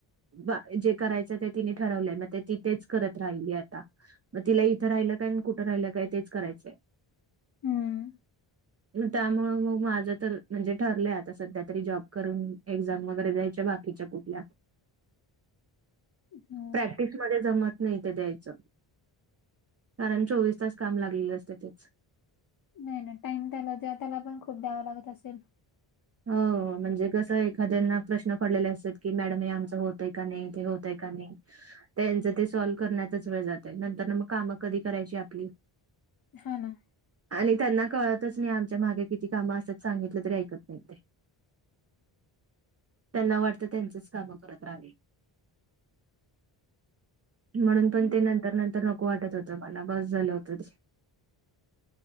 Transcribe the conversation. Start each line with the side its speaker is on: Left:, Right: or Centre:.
Right: बा जे करायचं ते तिने ठरवलंय मग ते ति तेच करत राहिली आता मग तिला इथं राहिलं काय कुठं राहिलं काय तेच करायचंय.
Left: हम्म
Right: मग त्यामु मग माझं तर म्हणजे ठरले. सध्या तरी जॉब करून एक्झाम वगैरे द्यायच्या बाकीच्या कुठल्या
Left: हम्म
Right: प्रॅक्टिसमध्येध्ये जमत. नाही ते द्यायचं कारण चोवीस तास काम लागलेलं असते तेच
Left: नाही ना टाइम त्याला ज त्याला पण खूप द्यावा लागत असेल.
Right: हो म्हणजे कस एखाद्याना प्रश्न पडलेले असतात की मॅडम हे आमचं होत आहे का नाही ते होतय का नाही. त्यांचं ते सॉल्व करण्याचाच वेळ जाते नंतर मग कामं कधी करायची आपली
Left: हा ना
Right: आणि त्यांना कळतच नाही आमच्या मागे किती कामं असतात सांगितलं तरी ऐकत ओके त्यांना वाटतं त्यांचच काम करत राहावी. म्हणून
Left: हम्म.
Right: पण ते नंतर नंतर नको वाटत होतं मला बस झालं होतं ते.